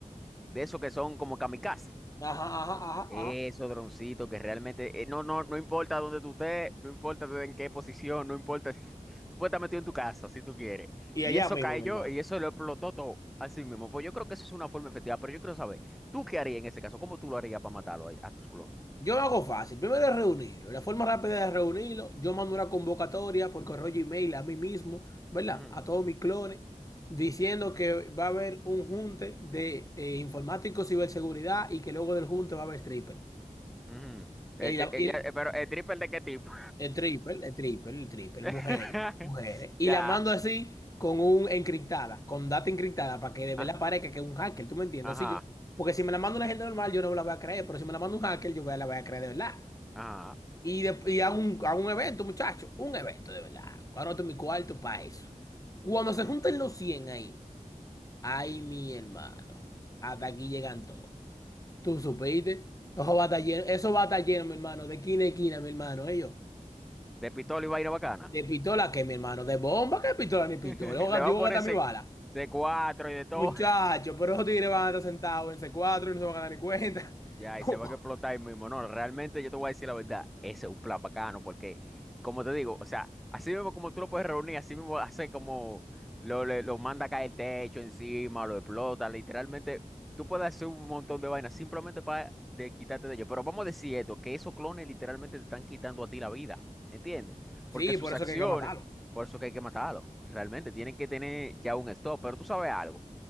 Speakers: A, in the centre; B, on the left (about 25°).
A: de esos que son como kamikaze.
B: Ajá, ajá, ajá,
A: Eso,
B: ajá.
A: droncito, que realmente eh, no, no, no importa dónde tú estés, no importa en qué posición, no importa. <laughs> Tú puedes estar metido en tu casa si tú quieres.
B: Y
A: Y
B: allá
A: eso
B: mismo,
A: cayó
B: mi hermano.
A: y eso lo explotó todo. Así mismo. Pues yo creo que eso es una forma efectiva, pero yo quiero saber, ¿tú qué harías en ese caso? ¿Cómo tú lo harías para matarlo a, a tus clones?
B: Yo lo hago fácil. Primero es reunirlo. La forma rápida de reunirlo, yo mando una convocatoria por correo y email a mí mismo, ¿verdad?
A: Ujú,
B: A todos mis clones, diciendo que va a haber un junte de eh, informáticos, ciberseguridad y que luego del junte va a haber stripper.
A: ujú. Este,
B: Y, la- y-
A: eh, ya, eh, pero el triple de qué tipo?
B: El triple, el triple, el triple,
A: <laughs>
B: mujeres, mujeres. Y
A: Ya.
B: la mando así con un encriptada, con data encriptada, para que de verdad
A: ah,
B: parezca que es un hacker, ¿tú me entiendes?
A: Ajá.
B: Así yo, porque si me la manda una gente normal, yo no la voy a creer, pero si me la manda un hacker, yo voy- la voy a creer de verdad.
A: Ajá.
B: Y, de- y a un, a un evento, muchachos, un evento de verdad. Cuando mi cuarto para eso. Cuando se
A: ujú.
B: juntan los 100 ahí, ay, mi hermano, hasta aquí llegan todos. ¿Tú supiste? Eso va a estar lleno, eso va a estar lleno, mi hermano, de esquina a esquina, mi hermano, ellos.
A: De pistola y vaina bacana.
B: ¿De pistola qué, mi hermano? ¿De bomba qué pistola ni
A: <laughs>
B: pistola?
A: Le va
B: Yo
A: a
B: voy
A: poner
B: a gastar
A: C-
B: mi bala.
A: cuatro y de todo.
B: Muchachos, pero esos tigres van a estar sentados en C4 y no se van a dar ni cuenta.
A: Ya,
B: <laughs>
A: y se van a explotar ahí mismo. No, realmente yo te voy a decir la verdad. Ese es un plan bacano porque, como te digo, o sea, así mismo como tú lo puedes reunir, así mismo hace como lo, le- lo manda a caer el techo encima, lo explota. Literalmente, tú puedes hacer un montón de vainas simplemente para de, quitarte de ellos. Pero vamos a decir esto, que esos clones literalmente te están quitando a ti la vida. ¿Entiendes? Porque
B: Sí,
A: sus
B: por eso
A: acciones,
B: que hay que matarlo.
A: por eso que hay que matarlos. Realmente, tienen que tener ya un stop. Pero tú sabes algo.